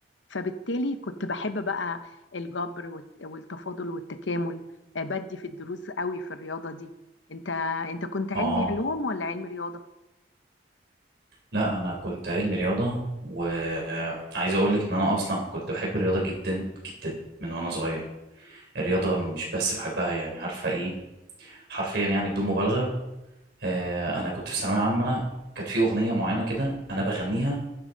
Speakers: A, on the left (about 80°); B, on the right (about 65°).
A: فبالتالي كنت بحب بقى الجبر والت- والتفاضل والتكامل آه، بدي في الدروس قوي في الرياضة دي انت انت كنت علمي
B: اه
A: علوم ولا علمي رياضة
B: لا انا كنت علمي رياضه وعايز اقول لك ان انا اصلا كنت بحب الرياضه جدا جدا من وانا صغير الرياضه مش بس بحبها يعني عارفه ايه حرفيا يعني بدون مبالغه آه، انا كنت في ثانويه عامه كانت في اغنيه معينه كده انا بغنيها